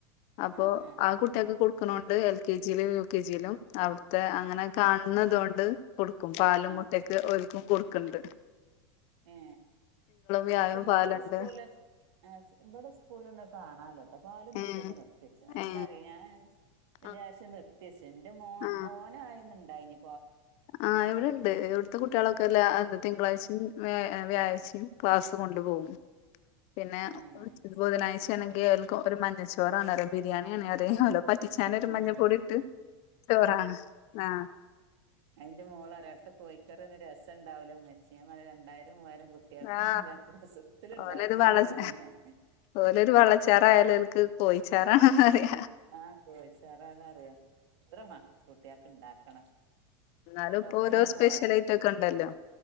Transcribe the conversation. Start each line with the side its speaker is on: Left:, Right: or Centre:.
Left: അപ്പൊ
Right: ആഹ് ആഹ്
Left: ആ കുട്ട്യാക്ക് കൊട്ക്ക്ണോ ണ്ട് എൽ കെ ജി ലും യു കെ ജി ലും അവിടുത്തെ അങ്ങനെ കാണ്ണെ തൊണ്ട് കൊട്ക്കും പാലും
Right: ആഹ്
Left: മുട്ടക്കെ ഓൽക്കും കൊട്ക്ക്ണ്ട്
Right: എ
Left: വ്യാഴവും
Right: പക്ഷെ ഇന്നബടെ
Left: പാലുണ്ട്
Right: സ്കൂൾല് ഇബടെ സ്കൂൾല് ന്ന് കാണാല്ല പ്പ പാലും മുട്ടക്കെ
Left: ഏ
Right: നിർത്തിവെച്ച് ഇക്കറിയ
Left: ഏ
Right: വിചാരിച്ച
Left: ആ
Right: നിർത്തിച്ച് ന്റെ മോ
Left: ആ
Right: ഓനായിന്നിണ്ടായിന്
Left: ആ ഇവിടെണ്ട് ഇവിടുത്തെ കുട്ട്യാളൊക്കെല്ല എന്താ തിങ്കളാഴ്ചയും വ വ്യാഴാചയും ക്ലാസ് കൊണ്ട് പോകും പിന്നെ
Right: ഏഹ്
Left: ബുധനാ ചേനെങ്കില് ഓല്ക്ക് മഞ്ഞച്ചോറാണ് പറിം ബിരിയാണ് പറീം വറ്റിച്ചാനൊരു
Right: ആഹ്
Left: മഞ്ഞപ്പൊടി ട്ട് ചോറാണ് ആ
Right: അതിന്റെ മോൾറിം അവ്ട്ത്തെ കോഴിക്കറൊന്നും രസണ്ടാവുല മെച്ചി ഞാൻ പറിം രണ്ടായിരം മൂവായിരം കുട്ടികൾക്ക്
Left: ആ
Right: അനക്ക് രസത്തില് ഉണ്ടാക്കി
Left: ഓലൊരു
Right: തരും
Left: വളച
Right: പറഞ്ഞ് ഞാൻ
Left: ഓലൊരു വള്ളച്ചാറായാലോൽക്ക് കോയിച്ചാറാണന്ന് റിയ
Right: ആ കോയിച്ചാറന്നറിയ എത്ര മ കുട്ട്യാക്ക് ണ്ടാക്കണം.
Left: എന്നാലും
Right: കൊറച്ചൊന്നും
Left: ഇപ്പൊ ഓരോ സ്പെഷ്യൽ
Right: പോരല്ലോ
Left: ഐറ്റൊക്കെ ഉണ്ടല്ലോ